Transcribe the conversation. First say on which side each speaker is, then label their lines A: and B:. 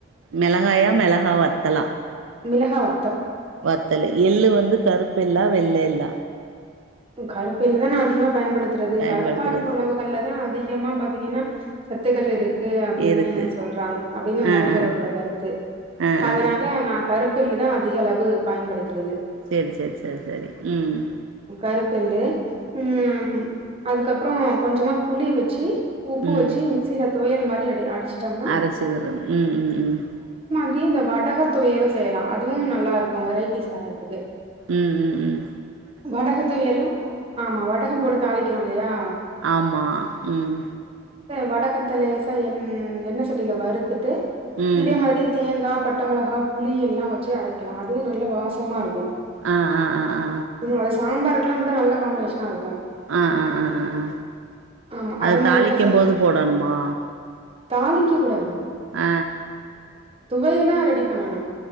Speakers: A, on the right (about 75°); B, on the right (about 30°).
A: மிளகாயா மெளகாவத்தலா
B: மிளகா வ
A: வத்தலு எள்ளு வந்து கருப்பு எள்ளா வெள்ள எள்ளா
B: கருப்பு எள்ளுதா நா அதிகமா பயன்படுத் <unintelligible>
A: பயன்படுத்துறது
B: கருப்பா இருக்க உணவுகள்ல தா அதிகமா ப பாத்திங்கன்னா சத்துக்கள் இருக் கு அப்டின்னு
A: இருக்கு
B: சொல்றாங்க அப்டின்னு
A: ஆ
B: மருத்துவர்களோட
A: ஆ
B: கருத்து
A: ஆ
B: அதனால
A: ஆ ஆ
B: நா கருப்பு ல்லு தா அதிக அளவு பயன்படுத்துறது
A: சேரி செரி செரி செரி ம் ம்
B: கருப்பு எள்ளு ம் அதுக்கப்றோ கொஞ்சமா புளி வச்சி உப்பு
A: ம்
B: வச்சி மிக்சில தொவையல் மாரி அப்டி அடி அடிச்சிட்டோம்னா
A: அரச்சிக்கிறது ம் ம் ம்
B: ப்டி அந்த வடக துயலு செய்யலா அதுவு நல்லா இருக்கு வெரைட்டி சாதத்துக்கு
A: ம் ம் ம்
B: வடக தொவியலு ஆமா வடகம் போட்டு தாளிக்கிறோயில்லையா
A: ஆமா ம்
B: வடகத்த லேசா எண் எண்ணெய் சட்டியில வறுத்துட்டு
A: ம்
B: இதே மாதிரி தேங்கா பட்ட மொளகா புளி எல்லா வச்சு அரைக்கலா அதுவு நல்ல வாசமாக இருக்கு
A: ஆ ஆ ஆ ஆ
B: ம் அது சாம்பாருக் கெல்லா கூட நல்ல காம்பினேஷனா இருக்கு
A: ஆ ஆ ஆ ஆ ஆ
B: ஆமா அது
A: அத
B: மாரி
A: தாளிக்கும்
B: கூட செய்யலாம்
A: போது போடணுமா
B: தாளிக்க கூடாது
A: ஆ
B: துவையலா ரெடிப் பண்ணணு